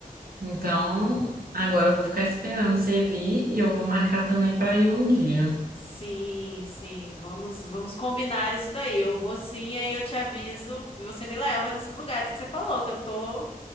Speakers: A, on the right; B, on the left.
A: Então, agora eu vou ficar esperando você vir e eu vou marcar também pra ir um dia.
B: Sim, sim, vamos, vamos combinar isso daí. Eu vou sim, aí eu te aviso e você me leva nesses lugares que você falou que eu tô,